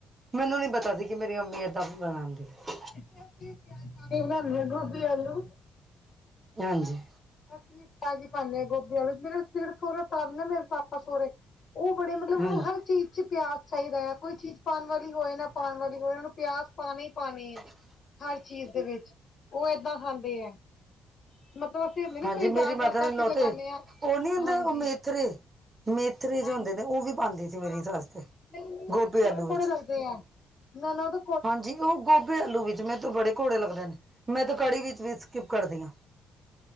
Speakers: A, on the right (about 25°); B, on the left (about 55°).
A: ਮੈਨੂੰ ਨੀ ਪਤਾ ਸੀ ਕਿ ਮੇਰੀ ਅਮੀ ਏਦਾਂ ਵੀ ਬਣਾਦੀ ਐ।
B: ਕਿੰਨੇ ਕ ਪਿਆਜ ਪਾ ਕੇ ਬਣਾਦੇ ਆ ਗੋਭੀ ਆਲੂ?
A: ਹਾਂਜੀ।
B: ਅਸੀਂ ਤਾਜ਼ੀ ਪਾਉਂਦੇ ਹਾਂ ਗੋਭੀ ਆਲੂ ਚ ਮੇਰੇ ਸਿਰ ਸਹੁਰਾ ਤਰਦੇ ਮੇਰੇ ਪਾਪਾ ਸਹੁਰੇ। ਉਹ ਬੜੇ ਮਤਲਬ
A: ਹਾਂਜੀ
B: ਉਹਨੂੰ ਹਰ ਚੀਜ਼। ਵਿੱਚ ਪਿਆਜ ਚਾਹੀਦਾ ਹੈ ਕੋਈ ਚੀਜ਼ ਪਾਉਣ ਵਾਲੀ ਹੋਏ ਨਾ ਪਾਉਣ ਵਾਲੀ ਹੋਏ ਉਹ ਨੂੰ ਪਿਆਜ ਪਾਉਣੇ ਹੀ ਪਾਉਣੇ ਏ।
A: <inaudible>
B: ਹਰ ਚੀਜ਼ ਦੇ ਵਿੱਚ ਉਹ ਏਦਾਂ ਖਾਂਦੇ ਹੈ। ਮਤਲਬ ਅਸੀਂ ਹੁੰਦੇ ਨਾ
A: ਹਾਂਜੀ
B: ਕੋਈ ਜਿਆਦਾ
A: ਮੇਰੀ ਮਦਰ
B: ਤੁੜਕਾ
A: ਇਨ
B: ਅਸੀਂ
A: ਲੋ
B: ਲਗਾਨੇ
A: ਤੇ
B: ਹਾਂ
A: ਉਹ ਨਹੀਂ ਹੁੰਦੇ
B: ਹਾਂਜੀ।
A: ਉਹ ਮੇਥਰੇ ਮੇਥਰੇ ਜੋ
B: ਹਾਂਜੀ,
A: ਹੁੰਦੇ ਨੇ ਉਹ ਵੀ ਪਾਉਂਦੀ ਸੀ ਮੇਰੀ
B: ਆਹੋ,
A: ਸੱਸ ਤੇ
B: ਨਹੀਂ
A: ਗੋਭੀ
B: ਉਹ ਤੇ ਕੋੜੇ-
A: ਆਲੂ
B: ਕੋੜੇ
A: ਵਿੱਚ
B: ਲੱਗਦੇ ਆ। ਨਾ ਨਾ ਉਹ ਤਾਂ।
A: ਹਾਂਜੀ, ਉਹ ਗੋਭੀ ਆਲੂ ਵਿੱਚ ਮੈਨੂੰ ਤੇ ਬੜੇ ਕੋੜੇ ਲੱਗਦੇ ਨੇ ਮੈਂ ਤਾਂ ਕੜੀ ਵਿੱਚ ਵੀ ਸਕਿਪ ਕਰਦੀ ਹਾਂ।